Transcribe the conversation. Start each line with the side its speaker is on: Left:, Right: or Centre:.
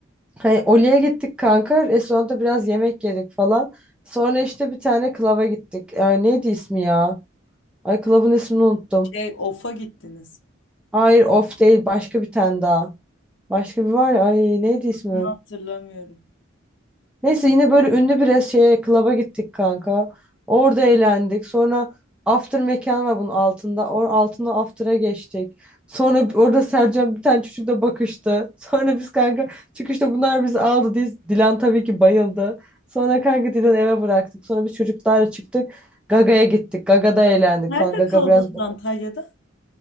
Centre: Hani Oli'ye gittik kanka. Restoranda biraz yemek yedik falan. Sonra işte bir tane klaba gittik. Ay neydi ismi ya? Ay klabın ismini unuttum.
Left: şey ofa gittiniz.
Centre: Hayır off değil başka bir tane daha. Başka bir var ya. Ay neydi ismi?
Left: Bunu hatırlamıyorum.
Centre: Neyse yine böyle ünlü bir res- şeye klaba gittik kanka. Orada eğlendik. Sonra after mekan var bunun altında. Or altında after'a geçtik. Sonra b- orada Sercan bir tane çocukla bakıştı. <laughs> Sonra biz kanka çıkışta bunlar bizi aldı. Diz, Dilan tabii ki bayıldı. Sonra kanka Dilan'ı eve bıraktık. Sonra biz çocuklarla çıktık. Gaga'ya gittik. Gaga'da eğlendik
Left: Nerede
Centre: falan. Gaga
Left: kaldınız
Centre: biraz
Left: Antalya'da?